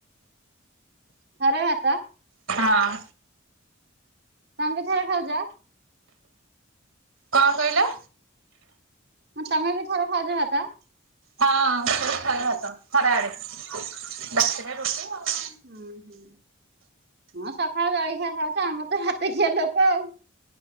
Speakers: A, on the right; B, on the right.
A: ଥରେ ଭାତ?
B: ହଁ।
A: ତମେ ବି ଥରେ ଖାଉଚ।
B: କଣ କହିଲ?
A: ହ ତମେ ବି ଥର ଖାଉଚ ଭାତ।
B: ହଁ ସବୁ ଥରେ ଭାତ ଖରାବେଳେ। ରାତିରେ ରୁଟି ଆଉ।
A: ହୁଁ ହୁଁ। ହଁ ସକାଳ ଜଳଖିଆ ଖାଉଛ। ଆମର ତ ଭାତ ଖିଆ ଲୋକ ଆଉ।